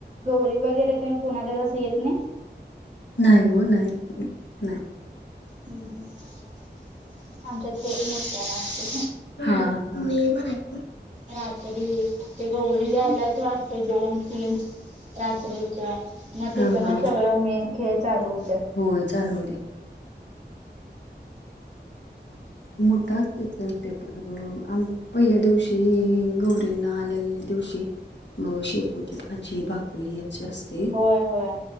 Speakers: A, on the right; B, on the left.
A: गौरी वगैरे ते कुणाच्या तस येत नाही.
B: नाही हो नाही नाही.
A: हम्म ह् आमच्यात तेच मोठ्या नसते.
B: हा म.
A: रात्री ते गोरी यायलाच
B: हम्म
A: वाटते दोन तीन. रात्रीच मग तिथं
B: हा हा
A: ना सगळं मेन खेळ चालू होत.
B: होय चालू दे. मोठा असत चल ते पण. अ आम पहिल्या दिवशी गौरींना आलेल्या दिवशी मग शेपूची भाजी, भाकरी अशी असते.
A: होय होय